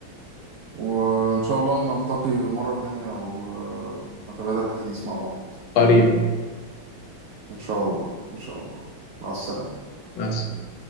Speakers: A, on the right; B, on the left.
A: وان شاء الله نلتقي مرة تانية و- ونتبادل الحديث مع بعض
B: قريبا
A: ان شاء الله ان شاء الله مع السلامة
B: مع السلامه